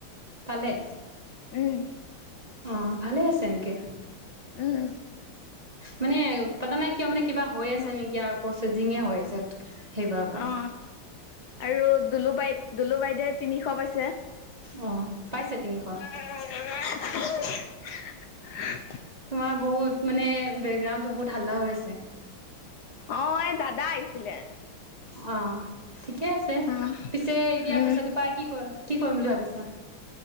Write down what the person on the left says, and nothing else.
উম
উম।
ন
অ আৰু দুলু বাই দুলু বাইদেৱে তিনিশ পাইছে।
<unintelligible>
অ এই দাদা আহিছিলে।
অ
উম